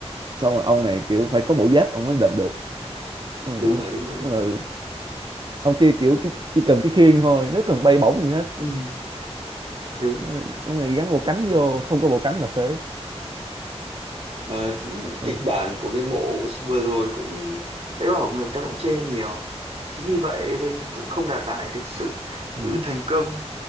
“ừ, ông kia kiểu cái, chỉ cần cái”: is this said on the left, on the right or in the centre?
Right